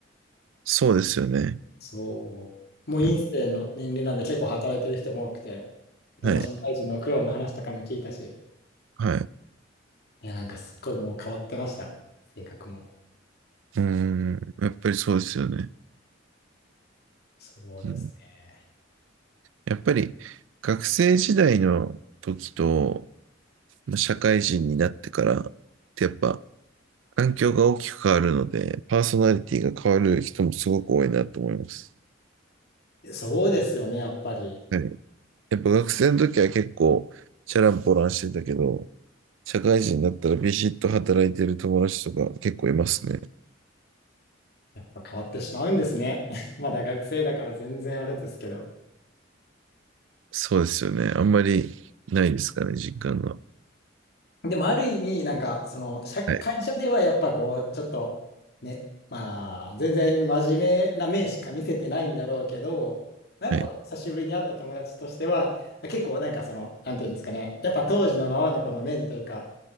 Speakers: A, on the right; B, on the left.
A: そうですよね。
B: そう。もう院生の年齢なんで結構働いてる人も多くて、
A: うん。
B: いろんな社会人の苦労の話とかも聞いたし、
A: はい。はい。う
B: いや、なんかすっごいもう変わってました。性格も。
A: ーん。やっぱりそうですよね。
B: そうですね。
A: うん、やっぱり学生時代の時と、まあ、社会人になってからってやっぱ環境が大きく変わるので、パーソナリティが変わる人もすごく多いなと思います。
B: そうですよね、やっぱり。
A: はい。やっぱ学生の時は結構チャランポランしてたけど、社会人になったらビシッと働いてる友達とか結構いますね。
B: やっぱ変わってしまうんですね。<laughs> まだ学生だから全然あれですけど。
A: そうですよね。あんまりないですかね、実感が。
B: でもある意味、なんか、その、社会社ではやっぱこう、
A: はい。
B: ちょっと、ね、まあ、全然真面目な面しか見せてないんだろうけど、まあやっぱこう久しぶりに会った友達としては、
A: はい。
B: 結構なんかその、なんていうんですかね、やっぱ当時のままのこの面というか、